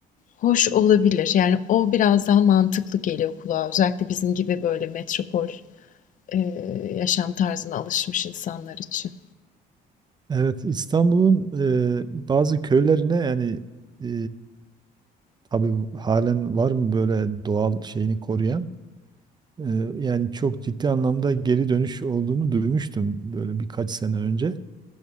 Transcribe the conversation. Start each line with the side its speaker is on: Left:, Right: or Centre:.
Left: Hoş olabilir. Yani o biraz daha mantıklı geliyor kulağa. Özellikle bizim gibi böyle metropol e, yaşam tarzına alışmış insanlar için.
Right: e, evet İstanbul'un e, bazı köylerine yani e, tabii halen var mı böyle doğal şeyini koruyan? E, yani çok ciddi anlamda geri dönüş olduğunu duymuştum böyle birkaç sene önce.